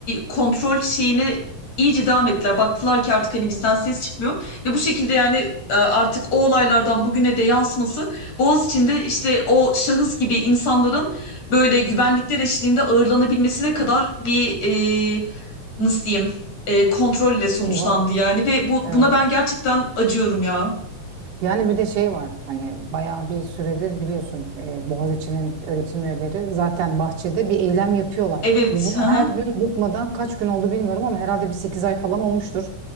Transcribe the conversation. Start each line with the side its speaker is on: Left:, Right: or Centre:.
Left: kontrol şeyini iyice devam ettiler. Baktılar ki artık hani bizden ses çıkmıyor. Ve bu şekilde yani e, artık o olaylardan bugüne de yansıması Boğaziçi'nde işte o şahıs gibi insanların böyle güvenlikler eşliğinde ağırlanabilmesine kadar bir e, nasıl diyeyim e, kontrolle sonuçlandı
Right: O zaman-
Left: yani. Ve bu
Right: Evet.
Left: buna ben gerçekten acıyorum ya.
Right: Yani bir de şey var hani bayağı bir süredir biliyorsun e, Boğaziçi'nin öğretim üyeleri zaten bahçede bir eylem yapıyorlar.
Left: Evet.
Right: Ve bunu
Left: hı hı.
Right: her gün bıkmadan kaç gün oldu bilmiyorum ama herhalde bir 8 ay falan olmuştur.